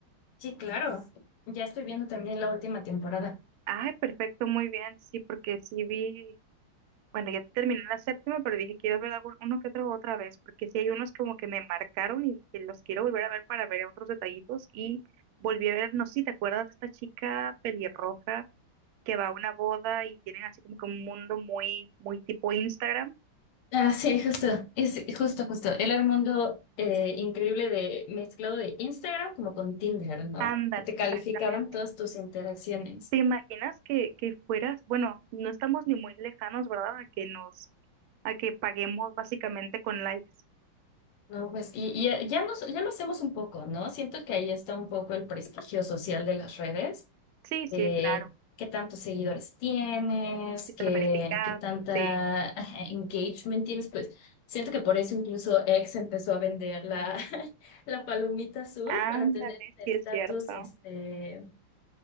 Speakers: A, on the left (about 80°); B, on the right (about 80°).
A: Sí, claro. Ya estoy viendo también la última temporada.
B: Ay, perfecto, muy bien, sí, porque sí vi, bueno, ya terminé la séptima, pero dije quiero ver algún- uno que otro otra vez, porque sí hay unos como que me marcaron y que los quiero volver a ver para ver otros detallitos y volví a ver, no sé si te acuerdas de esta chica pelirroja que va a una boda y tienen así como que un mundo muy, muy tipo Instagram.
A: Ah, sí, justo, es justo, justo. Era el mundo eh, increíble de mezclado de Instagram como con Tinder, ¿no?
B: Ándale,
A: Que te
B: exactamente.
A: calificaban todas tus interacciones.
B: ¿Te imaginas que, que fueras, bueno, no estamos ni muy lejanos, ¿verdad? A que nos, a que paguemos básicamente con likes.
A: No, pues, y, y ya, ya nos, ya lo hacemos un poco, ¿no? Siento que ahí está un poco el prestigio social de las redes
B: Sí,
A: de
B: sí, Sí. claro.
A: qué tantos seguidores tienes,
B: Si estás
A: qué,
B: verificado,
A: qué tanta
B: sí.
A: <laughs> ajá, engagement tienes, pues siento que por eso incluso X empezó a vender la, <laughs> la palomita azul
B: Ándale,
A: para tener estatus
B: sí es cierto.
A: este,